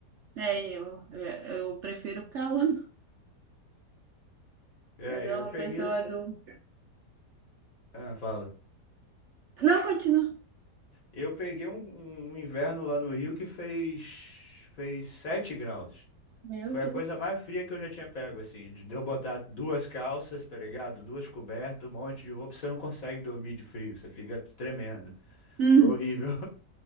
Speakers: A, on the right; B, on the left.
A: É, eu, eu, eu prefiro o calor.
B: É,
A: Mas é
B: eu
A: uma
B: peguei.
A: pessoa do.
B: Ah, fala.
A: Não, continua.
B: Eu peguei um, um inverno lá no Rio que fez fez 7 graus.
A: Meu
B: Foi
A: Deus.
B: a coisa mais fria que eu já tinha pego, assim, de de eu botar duas calças, tá ligado? Duas cobertas, um monte de roupa, você não consegue dormir de frio, você fica tremendo.
A: Hum,
B: Foi horrível.